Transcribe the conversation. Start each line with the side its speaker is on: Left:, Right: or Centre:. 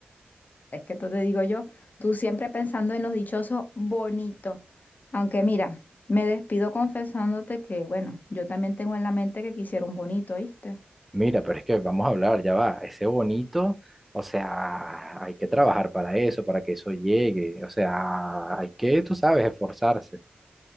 Left: Es que tú te digo yo, tú siempre pensando en los dichosos bonitos, aunque mira, me despido confesándote que, bueno, yo también tengo en la mente que quisiera un bonito, ¿viste?
Centre: Mira, pero es que vamos a hablar, ya va, ese bonito, o sea, hay que trabajar para eso, para que eso llegue, o sea, hay que, tú sabes, esforzarse.